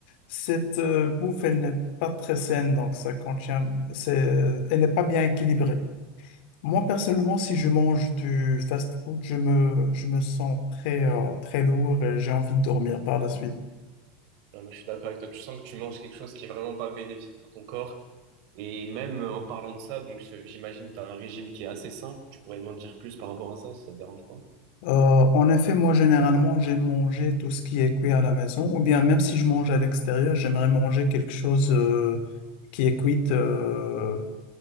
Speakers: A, on the left; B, on the right.
A: cette euh, bouffe, elle n'est pas très saine, donc ça contient, c'est, elle n'est pas bien équilibrée. Moi, personnellement, si je mange du fast-food, je me, je me sens très, euh, très lourd et j'ai envie de dormir par la suite.
B: Ouais, moi, je suis d'accord avec toi. Tu sens que tu manges quelque chose qui est vraiment pas bénéfique pour ton corps. Et même euh, en parlant de ça, donc je- j'imagine que tu as un régime qui est assez sain. Tu pourrais m'en dire plus par rapport à ça, si ça te dérange pas.
A: Euh, en effet, moi, généralement, j'aime manger tout ce qui est cuit à la maison, ou bien même si je mange à l'extérieur, j'aimerais manger quelque chose euh, qui est cuit, euh,